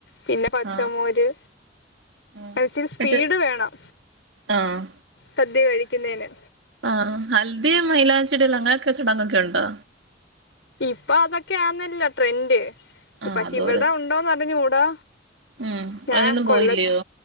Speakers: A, on the left; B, on the right.
A: പിന്നെ പച്ചമോര്
B: ആഹ് ന്നട്ട്
A: മനച്ചൽ സ്പീഡ് വേണം
B: ആഹ്
A: സദ്യ കഴിക്കുന്നതിന്
B: ആ ഹൽദിയ മൈലാ ചെടില്ലാം അങ്ങനെയൊക്കെ ചടങ്ങ്ങൊക്കെ ഉണ്ടോ
A: ഇപ്പൊ അതൊക്കെയ ആന്നല്ല ട്രെൻഡ്
B: ആഹ്
A: പക്ഷെ
B: അതോരോ
A: ഇവിടെ ഉണ്ടോന്ന്റിഞ്ഞു കൂടാ
B: ഉം
A: ഞാൻ
B: അതിനൊന്നും
A: കൊല്ല
B: പോയില്ലയോ